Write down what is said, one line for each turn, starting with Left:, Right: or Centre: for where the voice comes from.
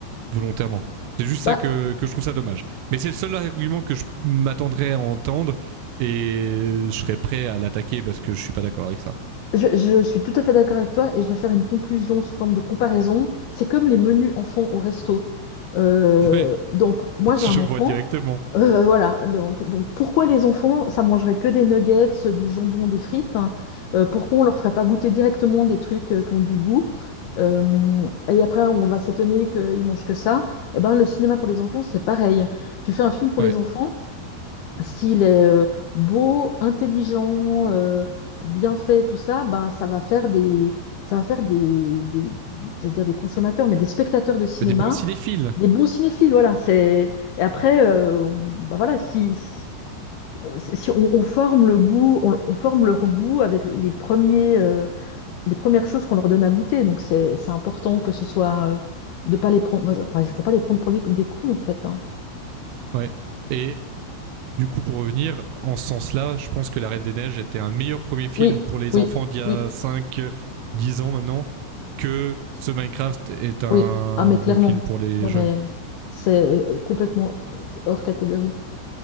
Right: volontairement. C'est juste ça
Left: Bah,
Right: que, que je trouve ça dommage. Mais c'est le seul argument que je m'attendrais à entendre et je serais prêt à l'attaquer parce que je suis pas d'accord avec ça.
Left: je, je suis tout à fait d'accord avec toi et je vais faire une conclusion sous forme de comparaison. C'est comme les menus enfants au resto. Euh,
Right: <laughs> Ouais,
Left: donc, moi, j'ai
Right: je
Left: un enfant.
Right: vois directement.
Left: Euh, voilà, donc, donc pourquoi les enfants, ça mangerait que des nuggets, du jambon, des frites? hein. Euh, pourquoi on leur ferait pas goûter directement des trucs euh, qui ont du goût? Euh, et après, on va s'étonner qu'ils mangent que ça. Eh ben, le cinéma pour les enfants, c'est pareil. Tu fais un film pour
Right: Ouais.
Left: les enfants, s'il est euh, beau, intelligent, euh, bien fait, tout ça, ben, ça va faire des, ça va faire des, des, j'allais dire des consommateurs, mais des spectateurs de cinéma
Right: Mais des bons cinéphiles.
Left: des bons cinéphiles, voilà. C'est... Et après, euh, on- bah voilà, si, si, euh, si on, on forme le goût, on, on forme leur goût avec les premiers, euh, les premières choses qu'on leur donne à goûter. Donc c'est, c'est important que ce soit euh, de pas les prendre. Enfin, il faut pas les prendre pour les- des cons en fait. hein.
Right: Ouais. Et du coup, pour revenir, en ce sens-là, je pense que La Reine des Neiges était un meilleur premier film
Left: Oui,
Right: pour les
Left: oui,
Right: enfants d'il y a
Left: oui,
Right: 5 10 ans maintenant que ce Minecraft est un
Left: oui. Ah mais
Right: bon
Left: clairement.
Right: film pour les
Left: Non
Right: jeunes.
Left: mais c'est euh, complètement euh, hors catégorie.